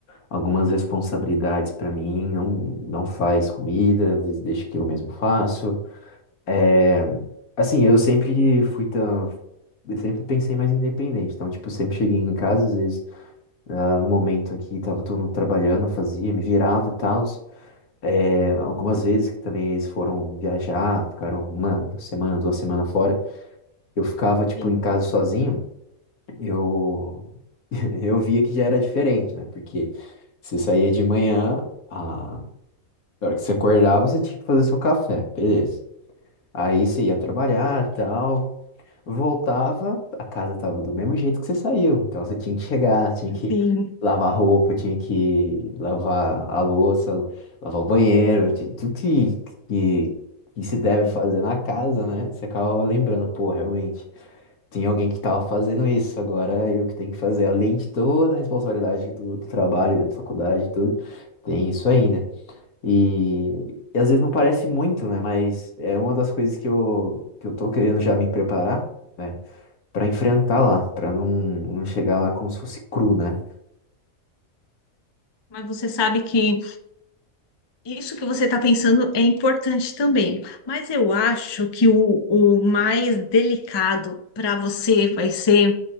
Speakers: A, on the left; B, on the left.
A: algumas responsabilidades pra mim, não, não faz comida, às vezes deixa que eu mesmo faço. É, assim, eu sempre fui tão, eu sempre pensei mais independente, então, tipo, eu sempre cheguei em casa, às vezes, ah, no momento aqui, tava todo mundo trabalhando, eu fazia, me virava e tal. É, algumas vezes que também eles foram viajar, ficaram uma semana, duas semanas fora eu ficava, tipo,
B: Sim,
A: em casa sozinho, eu, <laughs> eu via que já era diferente, né? Porque você saía de manhã, a na hora que você acordava, você tinha que fazer seu café, beleza. Aí você ia trabalhar, tal, voltava, a casa tava do mesmo jeito que você saiu. Então você tinha que chegar, tinha que
B: sim,
A: lavar roupa, tinha que lavar a louça, lavar o banheiro, ti- tudo que, que, que se deve
B: sim.
A: fazer na casa, né? Você acabava lembrando, pô, realmente. Tinha alguém que estava fazendo isso, agora eu que tenho que fazer, além de toda a responsabilidade do, do trabalho, da faculdade, e tudo, tem isso ainda. E, e às vezes não parece muito, né? Mas é uma das coisas que eu, que eu tô querendo já me preparar, né? Para enfrentar lá, para não, não chegar lá como se fosse cru, né?
B: Mas você sabe que Isso que você está pensando é importante também, mas eu acho que o, o mais delicado para você vai ser